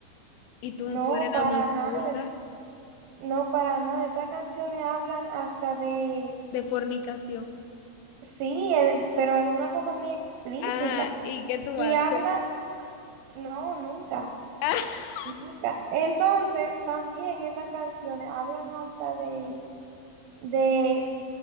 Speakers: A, on the left; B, on the right.
A: Y tú,
B: No,
A: tú eres
B: para
A: la más
B: nada,
A: culta.
B: No, para nada. Esas canciones hablan hasta de,
A: de fornicación.
B: sí, eh, pero es una cosa muy explícita.
A: Ajá, ¿y qué tú
B: Y
A: haces?
B: hablan,
A: <laughs>
B: no, nunca,
A: Ah,
B: nunca. Entonces, también esas canciones hablan hasta de, de